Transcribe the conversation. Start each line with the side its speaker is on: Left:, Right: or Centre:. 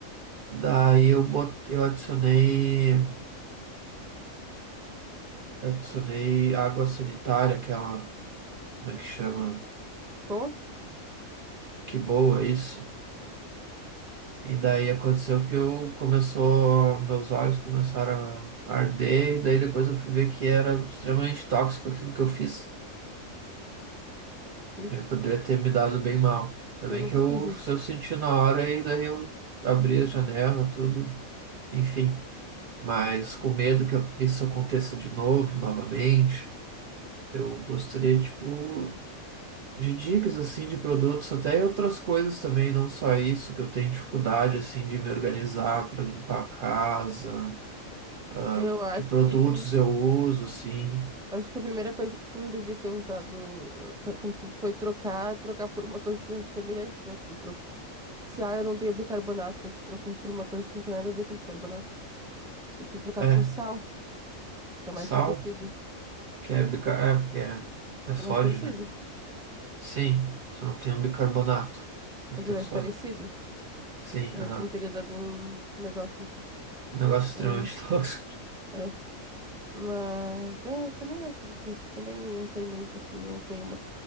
Right: Daí eu botei, eu adicionei. Eu adicionei água sanitária, que é uma. Como é que chama?
Centre: Bom?
Right: Que boa é isso. E daí aconteceu que eu começou, meus olhos começaram a arder, e daí depois eu fui ver que era extremamente tóxico aquilo que eu fiz.
Centre: Vixe,
Right: Eu poderia ter me dado bem mal. Ainda
Centre: eu
Right: bem
Centre: nunca
Right: que eu,
Centre: fiz isso.
Right: se eu senti na hora, e daí eu abri a janela, tudo, enfim. Mas com medo que isso aconteça de novo, novamente, eu gostaria, tipo. de dicas assim de produtos, até outras coisas também, não só isso, que eu tenho dificuldade assim de me organizar para limpar a casa, ah,
Centre: Eu acho
Right: que produtos
Centre: que, prim...
Right: eu uso assim.
Centre: acho que a primeira coisa que tu não devia ter usado eh, pra- quando tu foi trocar, é trocar por uma coisa semelhante, né? Que tu trocou. Se, ah, eu não tenho bicarbonato, daí tu trocou por uma coisa que não tem nada a ver com bicarbonato. Tem que ter trocado
Right: É,
Centre: por sal, que é mais
Right: sal,
Centre: parecido.
Right: que é, bica- é porque é, é sódio,
Centre: É mais parecido.
Right: né? Sim, só não tem o bicarbonato, mas
Centre: Mas
Right: tem
Centre: é mais
Right: o sódio.
Centre: parecido.
Right: Sim,
Centre: E
Right: aham.
Centre: acho que não teria dado um negócio em tipo.
Right: Um negócio extremamente
Centre: É,
Right: <laughs> tóxico.
Centre: é. Mas é, eu também acho difícil. Também não sei muito, assim. Não tenho uma.